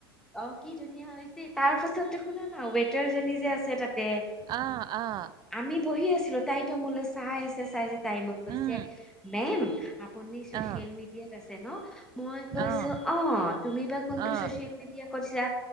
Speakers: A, in the centre; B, on the right (about 30°).
A: অ' কি ধুনীয়া হৈছে তাৰ পাছতো শুনা না ৱেটাৰ জনী যে আছে তাতে
B: অ', অ'।
A: আমি বহি আছিলো তাইতো মোলৈ চাই আছে চাই আছে, তাই মোক কৈছে
B: উম,
A: মেম আপুনি চচিয়েল
B: অ',
A: মিডিয়াত আছে ন? মই কৈছো
B: অ',
A: অ' তুমি বা কোনটো
B: অ',
A: ছচিয়েল মিডিয়া কৈছা